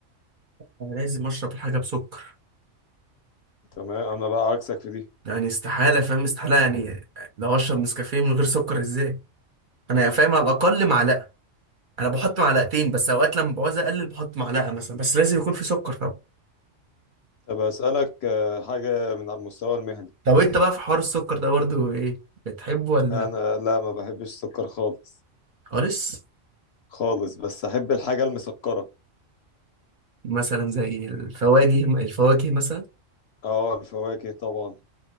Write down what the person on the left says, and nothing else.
تمام انا بقى عكسك في دي
طب اسألك آه، حاجة من على المستوى المهني
انا لا ما بحبش السكر خالص
خالص بس احب الحاجة المسكرة
اه الفواكه طبعا